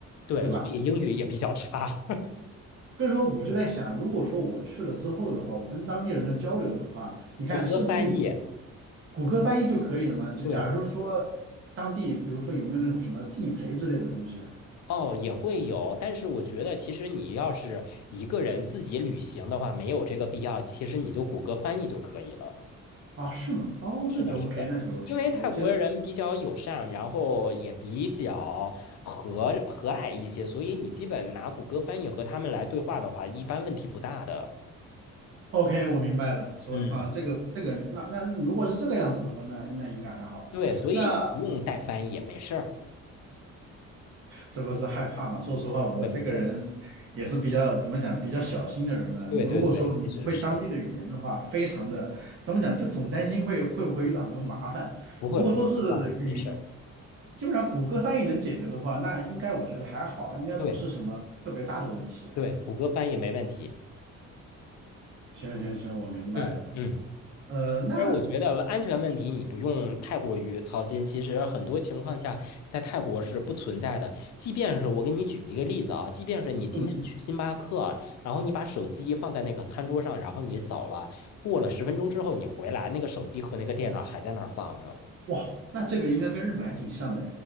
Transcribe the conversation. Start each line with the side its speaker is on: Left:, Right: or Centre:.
Left: 对，
Right: 对吧？
Left: 所以英语也比较差，
Right: 所以说我就在想，如果说我去了之后的话，我跟当地人的交流的话，
Left: <laughs>
Right: 你看是不是有
Left: 谷歌翻译。
Right: 谷歌翻译就可以了吗？就假如说说当地，
Left: 对，
Right: 比如说有没有那种什么地陪之类的东西啊？
Left: 哦，也会有，但是我觉得其实你要是一个人自己旅行的话，没有这个必要，其实你就谷歌翻译就可以了。
Right: 啊，是吗？哦，
Left: 是的，
Right: 那就
Left: 是的，
Right: OK，那就 OK。
Left: 因为泰国人比较友善，
Right: 我其实
Left: 然后也比较和和蔼一些，所以你基本拿谷歌翻译和他们来对话的话，一般问题不大的。
Right: OK，我明白了。所啊，
Left: 嗯，
Right: 这个这个，那那如果是这个样子的话，那那应该还好。
Left: 对，所以你不用带翻译也没事儿，
Right: 那这不是害怕嘛？说实话，我这个人也是比较怎么讲，
Left: 会不会？
Right: 比较小心的人嘛。
Left: 对对对，
Right: 如果说你不会当地的语言的话，
Left: 其实是
Right: 非常的怎么讲，就总担心会会不会遇到什么麻烦。
Left: 不会不会，
Right: 如果说是语，
Left: 放心，没事儿。
Right: 基本上谷歌翻译能解决的话，那应该我觉得还好，应该不是什么特别大的问题啊
Left: 对对，谷歌翻译没问题。
Right: 行行行，我明白了。
Left: 嗯嗯。
Right: 呃，那
Left: 其实我觉得安全问题你不用太过于操心。其实很多情况下，在泰国是不存在的。即便是我给你举一个例子啊，即便是你今天去星巴克啊，
Right: 嗯，
Left: 然后你把手机放在那个餐桌上，然后你扫了，过了十分钟之后你回来，那个手机和那个电脑还在那儿放着，
Right: 哇，那这个应该跟日本还挺像的